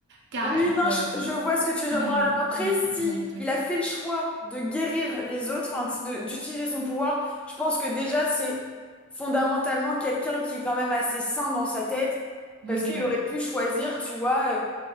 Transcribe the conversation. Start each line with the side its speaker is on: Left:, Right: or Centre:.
Right: car-
Centre: Oui,
Right: pour
Centre: non,
Right: euh,
Centre: je, je vois ce que tu veux dire.
Right: imaginer,
Centre: Bon, alors après,
Right: imaginer-
Centre: si
Right: imaginer le truc.
Centre: il a fait le choix de guérir les autres, enfin, si de- d'utiliser son pouvoir, je pense que déjà, c'est fondamentalement quelqu'un qui est quand même assez sain dans sa tête,
Right: Oui
Centre: parce
Right: c'est
Centre: qu'il
Right: vrai.
Centre: aurait pu choisir, tu vois, euh,